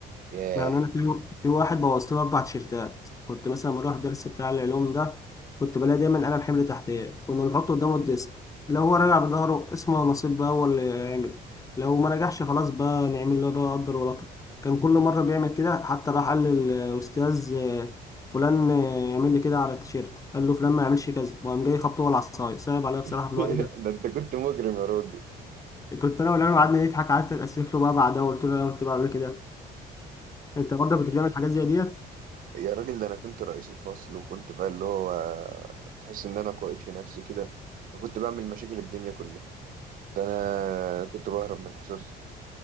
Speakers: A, on the right; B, on the left.
A: ياه
B: يعني انا في في واحد بوظت له اربع تيشيرتات كنت مثلا بروح درس بتاع العلوم ده كنت بلاقي دايما قلم حمل تحتيه كنا بنحطه قدامه الديسك لو هو راجع بظهره اسمه نصيب بقى هو اللي يعمل لو ما رجعش خلاص بقى نعمل له بقى قدر ولطف كان كل مره بيعمل كده حتى راح قال للاستاذ آه، فلان آه، يعمل لي كده على التيشيرت قال له فلان ما يعملش كذا وقام جاي خبطه هو العصايه صعب عليا بصراحه
A: <laughs>
B: في الوقت ده
A: ده انت كنت مجرم يا راجل
B: كنت انا والعيال قعدنا نضحك قعدت اتاسف له بقى بعدها وقلت له انا كنت بعمل كده انت برضه كنت بتعمل حاجات زي ديت
A: يا راجل ده انا كنت رئيس الفصل وكنت بقى اللي هو تحس ان انا قائد في نفسي كده وكنت بعمل مشاكل الدنيا كلها ده انا كنت بهرب من الحصص